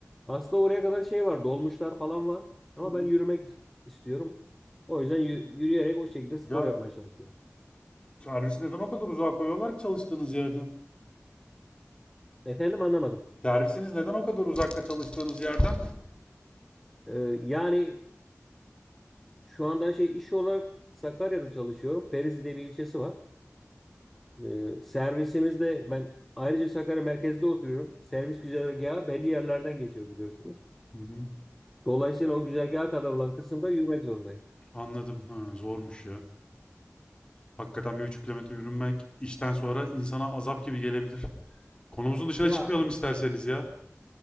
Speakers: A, in the centre; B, on the left.
A: Aslında oraya kadar şey var, dolmuşlar falan var. Ama
B: Hı
A: ben
B: hı.
A: yürümek istiyorum. O yüzden yü- yürüyerek o şekilde spor
B: Ya
A: yapmaya çalışıyorum.
B: servisi neden o kadar uzağa koyuyorlar ki çalıştığınız yerden?
A: Efendim anlamadım.
B: Servisiniz neden o kadar uzakta çalıştığınız yerden?
A: Ee, yani şu anda şey iş olarak Sakarya'da çalışıyorum. Ferizi diye bir ilçesi var. Ee, servisimizde ben ayrıca Sakarya merkezde oturuyorum. Servis güzergahı belli yerlerden geçiyor biliyorsunuz.
B: Hı hı.
A: Dolayısıyla o güzergaha kadar olan kısımda yürümek zorundayım.
B: Anladım. Ha, zormuş ya. Hakikaten bir buçuk kilometre yürünmek işten sonra insana azap gibi gelebilir. Konumuzun dışına
A: Ya
B: çıkmayalım isterseniz ya.